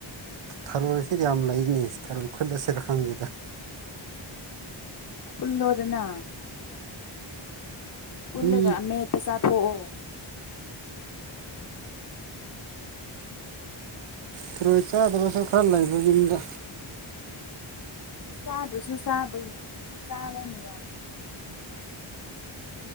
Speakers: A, on the right; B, on the left.
A: ꯊꯔꯣꯏꯁꯤ ꯌꯥꯝ ꯂꯩꯅꯤ ꯊꯥꯔꯣꯏ ꯈꯨꯠꯂꯁꯤꯔ ꯍꯪꯗꯦꯗ
B: ꯈꯨꯜꯂꯣ ꯗꯅ ꯈꯨꯜꯂꯒ
A: ꯃꯤ
B: ꯑꯃꯦꯠꯕ ꯆꯥꯊꯣꯛꯑꯣ
A: ꯊꯔꯣꯏ ꯆꯥꯗꯕꯁꯨ ꯈꯔ ꯂꯩꯕ ꯌꯨꯝꯗ
B: ꯁꯤ ꯆ ꯗꯨꯁꯨ ꯆ ꯩ ꯆꯥ ꯂꯣꯉꯌꯥ <inaudible>